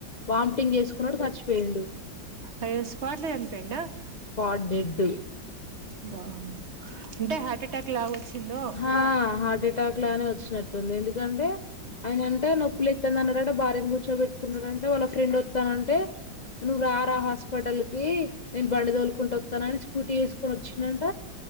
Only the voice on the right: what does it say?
అయ్యో స్పాట్ లో చనిపోయిండా
బా అంటే హార్ట్ ఎటాక్ లాగ వచ్చిందో